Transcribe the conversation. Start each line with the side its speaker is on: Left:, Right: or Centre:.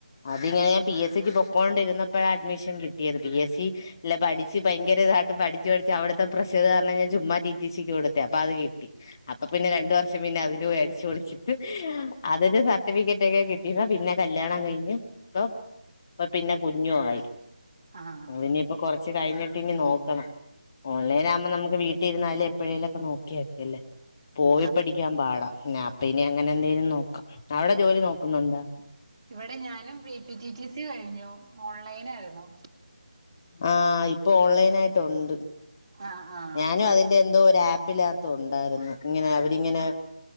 Left: അതിങ്ങനെ ഞാൻ പി എസ് സിക്ക് പൊക്കോണ്ടിരുന്നപ്പോഴാ അഡ്മിഷൻ കിട്ടിയത് പി എസ് സി ഇല്ല പഠിച്ച് ഭയങ്കര ഇതായിട്ട് പഠിച്ചു പഠിച്ച് അവിടുത്തെ പ്രഷർ കാരണം ഞാൻ ചുമ്മാ ടി ടി സിക്ക് കൊടുത്തെ അപ്പൊ അത് കിട്ടി അപ്പൊ പിന്നെ രണ്ടു വർഷം പിന്നെ അതിന് പോയി അടിച്ചു പൊളിച്ചിട്ട് അതിന്റെ സർട്ടിഫിക്കറ്റ് ഒക്കെ കിട്ടിയതാ പിന്നെ കല്യാണം കഴിഞ്ഞ് ഇപ്പം ഇപ്പ പിന്നെ കുഞ്ഞു ആയി
Right: ആഹ്
Left: അതിനിയിപ്പൊ കൊറച്ച് കഴിഞ്ഞിട്ട് ഇനി നോക്കണം ഓൺലൈൻ ആകുമ്പോ നമുക്ക് വീട്ടിലിരുന്നാലും എപ്പോഴേലൊക്കെ നോക്കിയാ മതിയല്ലേ പോയി
Right: ആഹ്
Left: പഠിക്കാൻ പാടാ അപ്പൊ ഇനി അങ്ങനെ എന്തെങ്കിലും നോക്കാം അവിടെ ജോലി നോക്കുന്നുണ്ടോ
Right: ഇവിടെ ഞാനും P P T T C കഴിഞ്ഞു ഓൺലൈൻ ആയിരുന്നു
Left: ആഹ് ഇപ്പൊ ഓൺലൈൻ ആയിട്ടുണ്ട്
Right: ആഹ് ആഹ്
Left: ഞാനും
Right: ഒരു
Left: അതിന്റെ എന്തോ ഒരു ആപ്പിനകത്ത് ഉണ്ടായിരുന്നു ഇങ്ങനെ അവരിങ്ങനെ